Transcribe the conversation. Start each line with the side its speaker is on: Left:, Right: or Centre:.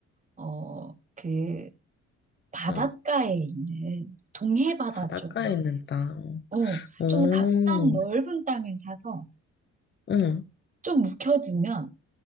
Right: 어, 그 바닷가에
Left: 응.
Right: 있는 동해 바다
Left: 바닷가에
Right: 쪽에 있는
Left: 있는 땅.
Right: 어,
Left: 오,
Right: 좀 값싼 넓은 땅을 사서
Left: 응,
Right: 좀 묵혀두면